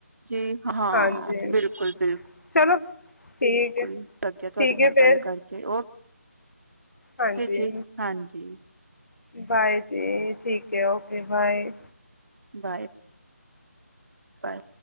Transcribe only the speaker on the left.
ਹਾਂਜੀ
ਚਲੋ ਠੀਕ ਹੈ
ਠੀਕ
ਹੈ ਫਿਰ
ਹਾਂਜੀ
ਬਾਏ ਜੀ take okay okay bye,